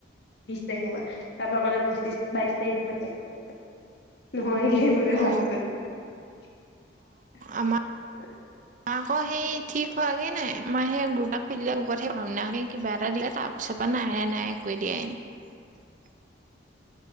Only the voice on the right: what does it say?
অ
আমাৰ
মা আকৌ সেই ঠিক হোৱাগে নাই মা সেেই গৰুটা খুলিলে গোপৰত সেই ভামনােই কিবা এটা দিলে তাৰ পিছৰ পৰা নাই নাই নাই একোৱ দিয়া এনে <unintelligible>